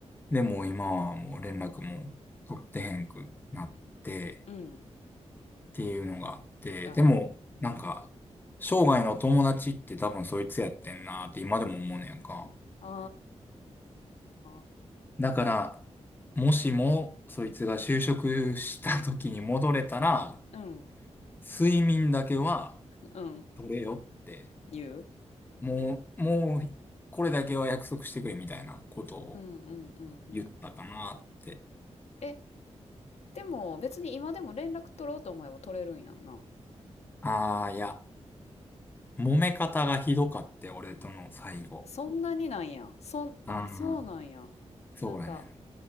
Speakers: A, on the left; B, on the left.
A: で、もう今はもう連絡も取ってへんくなって、
B: うん。
A: ていうのがあって、
B: あー、
A: でも、
B: へー
A: なんか、生涯の友達って多分そいつやってんなって今でも思うねやんか。
B: あー、
A: だから、もしもそいつが就職した時に戻れたら、
B: うん
A: 睡眠だけは
B: うん。
A: 取れよって、
B: 言う。
A: もう、もう、これだけは約束してくれみたいなことを
B: うんうんうんうん。
A: 言ったかなって。
B: えでも別に今でも連絡取ろうと思えば取れるんやんな。
A: ああ、いや、揉め方がひどかって、俺との最後。
B: そんなになんや。そん、あ、
A: ああ、
B: そうなんや。
A: そうやね
B: なんか、